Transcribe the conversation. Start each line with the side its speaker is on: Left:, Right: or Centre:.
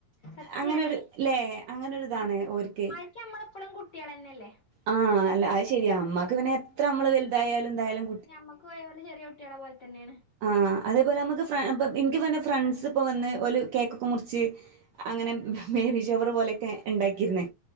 Left: സത്യാണ്
Right: അങ്ങനെരു ല്ലേ അങ്ങനെ ഒരു ഇതാണ്
Left: ആഹ്
Right: ഓര്ക്ക്
Left: ഇമ്മാർക്ക് നമ്മളെപ്പളും കുട്ടികളെന്നെല്ലേ
Right: ആഹ് അല്ല അത് ശരിയാ മ്മാക്ക് പിന്നെ എത്രമ്മള് വെൽതായാലും ന്തായാലും
Left: ഇഞ് ഞമ്മക്കും ഓലെ ചെറിയ കുട്ടിയാളെ പോൽത്തന്നേണ്
Right: ആഹ് അതേപോലെ അമ്മക്ക് ഫ്ര അപ്പം ഇൻക്ക് പ്പൊ ന്റെ ഫ്രണ്ട്സ് ഇപ്പോ വന്ന് ഓല് കേക്കൊക്കെ മുർച്ച് അങ്ങനെ ബേബി ഷവറ് പോലെക്കെ ഇണ്ടാക്കിര്ന്ന്